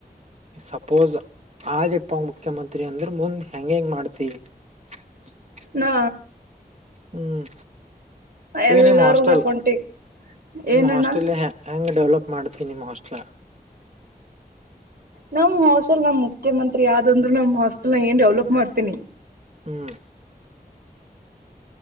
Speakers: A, on the right (about 45°); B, on the right (about 75°).
A: ಸಪೋಸ್ ಆದಿಪ್ಪ ಮುಖ್ಯಮಂತ್ರಿ ಅಂದ್ರ ಮುಂದ್ ಹೆಂಗ ಹೆಂಗ್ ಮಾಡ್ತಿವಿ <unintelligible>
B: ನಾ
A: ಹ್ಮ್
B: ಎಲ್ಲರದ
A: ಈ ನಿಮ್ ಹಾಸ್ಟೆಲ್
B: ಅಕೌಂಟಿಗೆ
A: ನಿಮ್
B: ಏನಣ್ಣ
A: ಹಾಸ್ಟೆಲ್ ಹೆಂಗ ಡೆವಲಪ್ ಮಾಡ್ತೀನಿ ಮಸ್ಟ್ಲ
B: ನಮ್ ಹಾಸ್ಟೆಲ್ ನಮ್ ಮುಖ್ಯಮಂತ್ರಿ ಯಾವ್ದಂದ್ರು ನಮ್ ಹಾಸ್ಟೆಲ್ ನ ಏನ್ ಡೆವಲಪ್ ಮಾಡ್ತೀನಿ
A: ಹ್ಮ್